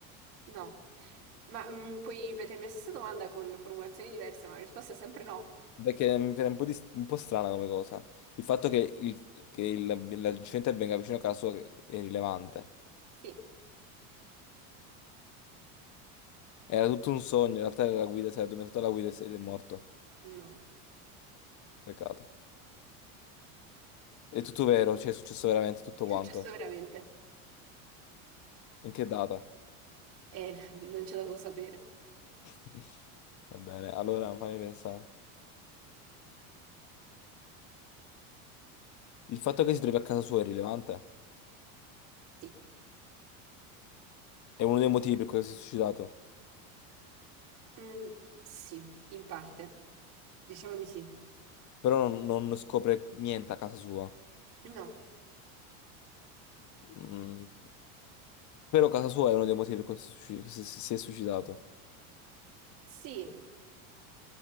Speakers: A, on the right; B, on the left.
A: no. Ma mm, puoi ripetermi la stessa domanda con formulazioni diverse, ma la risposta è sempre no.
B: Perché mi pare un po', di- un po' strana come cosa. Il fatto che il- che il- l'incidente avvenga vicino a casa sua che- è rilevante.
A: Sì,
B: Era tutto un sogno, in realtà era la guida, si era addormentato alla guida e si- ed è morto.
A: no.
B: Peccato. È tutto vero, cioè è successo veramente tutto
A: È
B: quanto.
A: successo veramente.
B: In che data?
A: Eh, <laughs> non c'è dato sapere.
B: <laughs> Va bene, allora fammi pensare. Il fatto che si trovi a casa sua è rilevante?
A: Sì.
B: È uno dei motivi per cui si è suicidato.
A: Mm, sì, in parte. Diciamo di sì.
B: Però non, non scopre niente a casa sua.
A: No.
B: Mm. Però casa sua è uno dei motivi per cui si è suici- si- si- si è suicidato.
A: Sì.